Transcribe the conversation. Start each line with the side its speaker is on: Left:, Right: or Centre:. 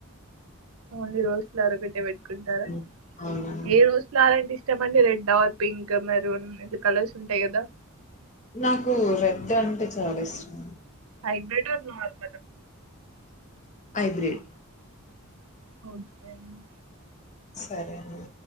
Right: ఓన్లీ రోజ్ ఫ్లవర్ ఒక్కటే పెట్ కుంటారా
Left: హ్మ్. అవునండి
Right: ఏ రోజ్ ఫ్లవర్ అంటే ఇష్టమండి రెడ్ అర్ పింక్ మెరూన్ ఇంక కలర్స్ ఉంటాయి కదా
Left: నాకు రేడ్ అంటే చాలా ఇష్టం.
Right: Hybrid or not
Left: hybrid
Right: okay అండి.
Left: సరే అండి.